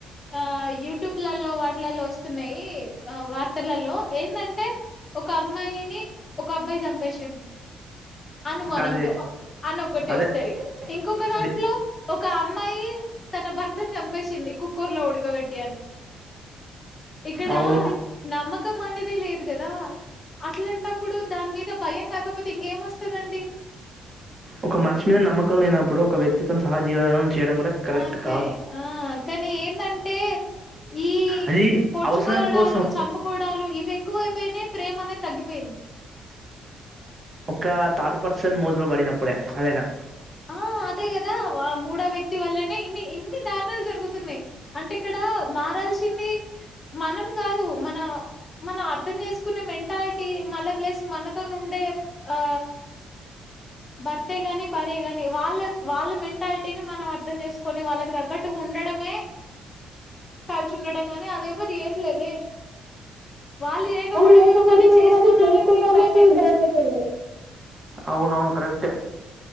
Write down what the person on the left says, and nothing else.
ఆ యూట్యూబ్లలో వాటిలలో వస్తున్నాయి ఆ వార్తలలో ఏంటంటే ఒక అమ్మాయిని ఒక అబ్బాయి చంపేసిండు అనుమానంతో
అన్నొక్కటి
వస్తంది
ఇంకొక దాంట్లో
ఒక అమ్మాయి తన భర్తను చంపేసింది కుక్కూర్ లో ఉడకబెట్టి అని ఇక్కడా
నమ్మకం అనేదే లేదు కదా అట్లాంటప్పుడు దాని మీద భయం కాకపోతే ఇంకేమస్తదండి.
అదే
ఆ కానీ ఏందంటే ఈ
పొడ్చుకోవడాలు
చంపుకోవడాలు ఇవి ఎక్కువయిపోయినాయి ప్రేమ అనేది తగ్గిపోయింది
ఆ అదే కదా ఆ మూడో వ్యక్తి వల్లనే ఇన్ని ఇన్ని దారుణాలు జరుగుతున్నాయి అంటే ఇక్కడ మారాల్సింది మనం కాదు మన మనం అర్థం చేసుకున్న మెంటాలిటీ మళ ప్లస్ మనతో నుండి ఆ బర్తే గాని టె గాని వాళ్ళ వాళ్ళ మెంటాలిటీని మనం అర్థం చేసుకొని వాళ్ళకి తగ్గట్టుగా ఉండడమే కల్చుండడం కానీ అది ఎవరు చేయట్లేదే వాళ్ళు చేయకపోవడమేమో
కాని
చేసుకోని
వాళ్ళకి భయం అయితుంది